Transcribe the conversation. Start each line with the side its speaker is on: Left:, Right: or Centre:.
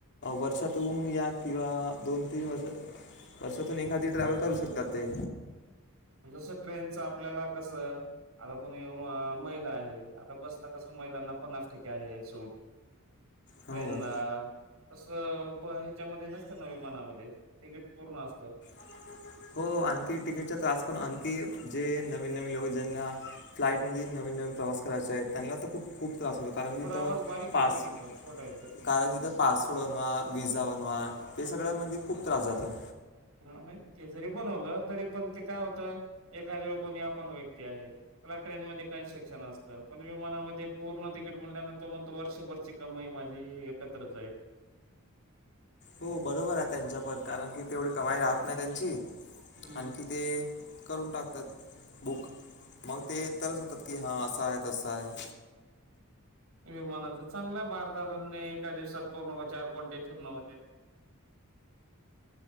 Left: वर्षातहून या किंवा दोन तीन वर्ष वर्षातून एखादी ट्रॅव्हल करू शकतात ते
Right: जसं ट्रेनच आपल्याला कसं आता कोणी महिला आहे आता बसला कस महिलांना पन्नास टक्के आहे सूट
Left: हो
Right: ट्रेन ला तस त्याच्या म नसत ना विमानामध्ये तिकीट पूर्ण असतं
Left: <inaudible> हो आणखी तिकीटच्या त्रास पून आणखी जे नवीन नवीन लोक ज्यांना फ्लाईटमध्ये नवीन नवीन प्रवास करायचे आहेत त्यांना तर खूप खूप त्रास होतो. कारण की
Right: थोडा
Left: तर
Right: आवाज बारीक
Left: पास
Right: येतोय तुमचा छोटा येतोय
Left: कारणस तर पासवोर्ड बनवा वि्हसाा बनवा ते सगळ्यामध्येणे खूप त्रास जातो.
Right: ह नाही ते जरी बनवलं तरी पण ते काय होतं एखादे कोणी अपंग व्यक्ती आहे मला ट्रेन मध्ये कन्स्ट्रक्शन असतं पण विमानामध्ये पूर्ण तिकीट मिल्यान तो म्हणतो वर्षभरची कमई माझी एकत्र जाईल.
Left: हो बरोबर आहे त्यांच्याप कारण की तेवढी कमाई राहत नाही त्यांची
Right: हम्म
Left: आणखी ते करून टाकतात बुक मग ते तरच होतात की हां असं आहे तसं आहे.
Right: विमानाच चांगला आहे भारतातून एका दिवसात पूर्ण चार कोंटे फिरण होते.